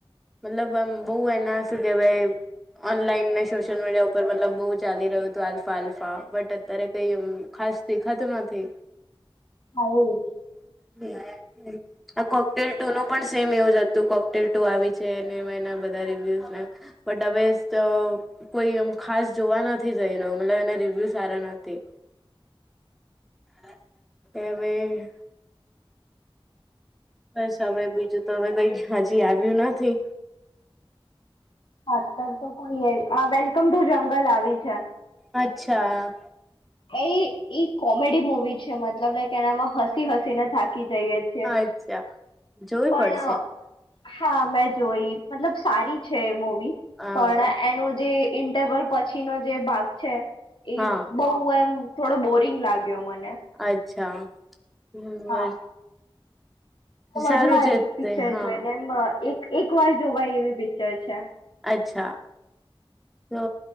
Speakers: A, in the centre; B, on the left.
A: મતલબ આમ બહુ એના શું કહેવાય ઓનલાઈન ને સોશિયલ મીડિયા ઉપર મતલબ બહુ ચાલી રહ્યું તું આલ્ફા-આલ્ફા, બટ અત્યારે કે એમ ખાસ દેખાતું નથી.
B: હોવ.
A: <inaudible> આ કોકટેલ ટુ નું પણ સેમ એવું જ હતું, કોકટેલ ટુ આવી છે, ને એમ એના બધા રિવ્યુઝ ને. બટ હવેસ ચહ કોઈ એમ ખાસ જોવા નથી જઈ રહ્યો, મતલબ એના રિવ્યુ સારા નથી. <unintelligible> બસ હવે બીજું તો હવે કંઈ હજી આવ્યું નથી.
B: <unintelligible> તો કોઈ એ આ વેલકમ ટુ જંગલ આવી છે.
A: અચ્છા.
B: ઈ-ઈ કોમેડી મુવી છે, મતલબ લાઈકક એનામાં હસી-હસી ને થાકી જઈએે છે.
A: અચ્છા. જોવી
B: પણ,
A: પડશે
B: હા મેં જોઈ, મતલબ સારી છે એ મૂવી.
A: હા
B: પણ એનો જી ઇન્ટરવલ પછીનો જે ભાગ છે ઈ
A: હા
B: બહું એમ થોડો બોરિંગ લાગ્યો મને.
A: અચ્છા <unintelligible>
B: હા તો મજા
A: સારું
B: આઈ
A: છે
B: પિક્ચર
A: તે હા
B: જોઈ ને એમ, એક-એક વાર જોવાય એવી પિક્ચર છે.
A: અચ્છા. તો